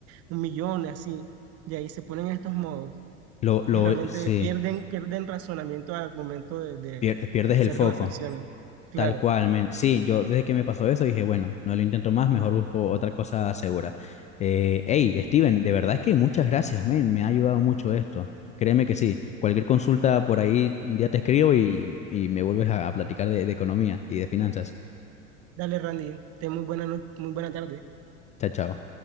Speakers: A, on the right; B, on the left.
A: un millón, así, y ahí se ponen en estos modos
B: Lo, lo,
A: y realmente
B: sí,
A: pierden, pierden razonamiento al momento de, de-
B: pier- pierdes
A: de
B: el
A: hacer
B: foco.
A: transacciones. Claro,
B: Tal cual, men. Sí, yo desde que me pasó eso dije, bueno, no lo intento más, mejor busco otra cosa segura. Eh, hey, Steven, de verdad es que muchas gracias, men. Me ha ayudado mucho esto. Créeme que sí. Cualquier consulta por ahí, un día te escribo y, y me vuelves a, a platicar de, de economía y de finanzas.
A: dale Randy, ten muy buena, no- muy buena tarde.
B: Chao, chao.